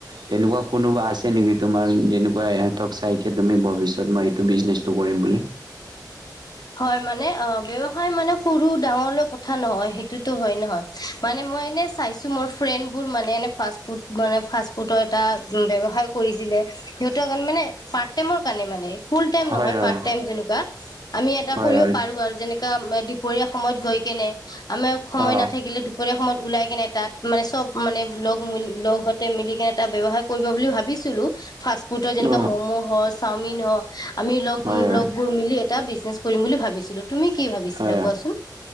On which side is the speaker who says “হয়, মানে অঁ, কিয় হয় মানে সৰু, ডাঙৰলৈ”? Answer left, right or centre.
Left